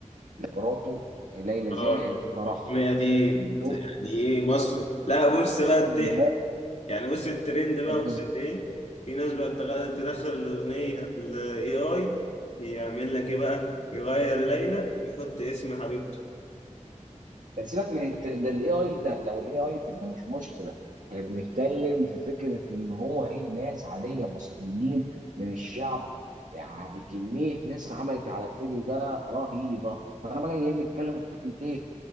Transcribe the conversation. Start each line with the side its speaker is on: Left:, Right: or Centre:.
Right: لمراته ليلى
Left: اه
Right: زاهر في فرحهم
Left: التنمية دي
Right: شوف
Left: يعني ايه مصر لا بص بقى الضحك
Right: بقى
Left: يعني بص الترند بقى
Right: بالظبط
Left: وصل لايه في ناس بقى تغ- تدخل الأغنية الاي اي يعمل لك ايه بقى يغير ليلى ويحط اسم حبيبته
Right: سيبك من الت- ده الاي اي ده لو الاي اي تبقى مش مشكله احنا بنتكلم في فكره ان هو ايه ناس عاديه مصريين من الشعب يعني كميه ناس عملت على الفيديو ده رهيبه فانا بقى جاي نتكلم في فكره ايه